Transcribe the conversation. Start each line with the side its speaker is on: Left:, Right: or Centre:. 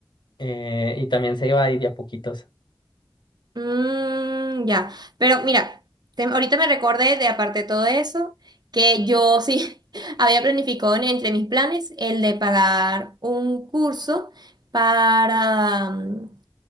Left: eh, y también se iba ahí de a poquitos.
Right: Mm, ya, pero mira, te- ahorita me recordé de aparte de todo eso, que yo sí <laughs> había planificado en- entre mis planes el de pagar un curso para, mm,